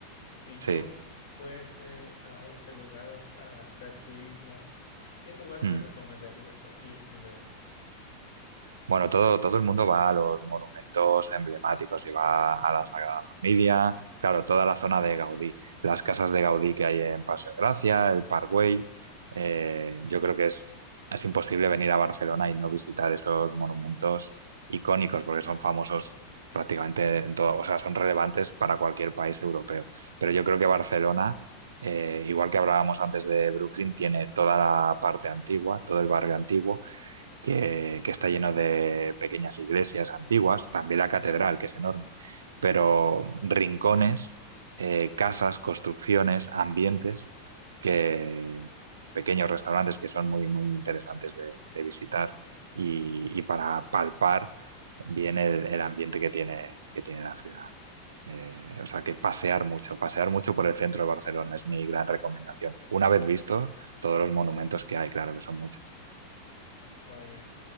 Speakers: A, on the left; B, on the right.
A: Si
B: sí.
A: yo fuese a ese lugar a, a hacer turismo, ¿qué lugar
B: Hmm.
A: me recomendarías e- ir primero?
B: Bueno, todo, todo el mundo va a los monumentos emblemáticos y va a la Sagrada Familia, claro, toda la zona de Gaudí, las casas de Gaudí que hay en Paseo de Gracia, el Parkway. eh, yo creo que es, es imposible venir a Barcelona y no visitar esos monumentos icónicos porque son famosos prácticamente en todo, o sea, son relevantes para cualquier país europeo. Pero yo creo que Barcelona, eh, igual que hablábamos antes de Brooklyn, tiene toda la parte antigua, todo el barrio antiguo que, que está lleno de pequeñas iglesias antiguas, también la catedral, que es enorme, pero rincones, eh, casas, construcciones, ambientes, que pequeños restaurantes que son muy, muy interesantes de, de visitar y, y para palpar bien el, el ambiente que tiene, que tiene la ciudad. Eh, o sea que pasear mucho, pasear mucho por el centro de Barcelona es mi gran recomendación. Una vez visto todos los monumentos que hay, claro que son muchos.
A: Vaya,